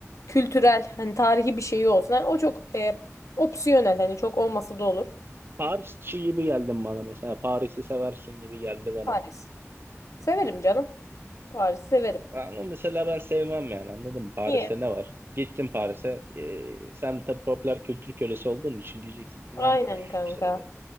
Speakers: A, on the left; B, on the right.
A: kültürel hani tarihi bir şeyi olsun. Hani o çok e, opsiyonel hani çok olmasa da olur.
B: Parisçi gibi geldin bana mesela. Paris'i seversin gibi geldi bana.
A: Paris. Severim canım. Paris severim.
B: Ama mesela ben sevmem yani anladın mı? Paris'te
A: Niye?
B: ne var? Gittin Paris'e. e, sen tabii popüler kültür kölesi olduğun için diyeceksin ki
A: Aynen
B: ben
A: kanka.
B: işte